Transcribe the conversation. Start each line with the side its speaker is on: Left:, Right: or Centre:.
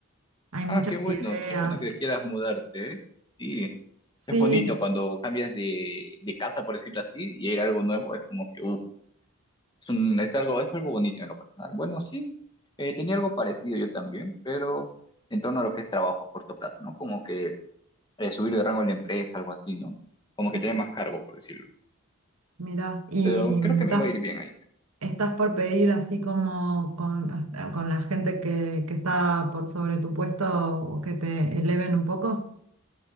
Right: Hay
Left: ah,
Right: muchas
Left: qué bueno,
Right: ideas.
Left: qué bueno que quieras mudarte, ¿eh? Sí,
Right: Sí,
Left: es bonito cuando cambias de, de casa, por decirlo así, y ir a algo nuevo, es como que, uh, es un- es algo, es algo bonito en lo personal. Bueno, sí, eh, tenía algo parecido yo también, pero en torno a lo que es trabajo a corto plazo, ¿no? Como que eh, subir de rango en la empresa, algo así, ¿no? Como que
Right: ajá,
Left: tener más cargo, por decirlo.
Right: mira, y
Left: Pero creo
Right: mm,
Left: que
Right: estás,
Left: me va a ir bien ahí.
Right: estás por pedir así como con, hasta- con la gente que, que está por sobre tu puesto o que te eleven un poco.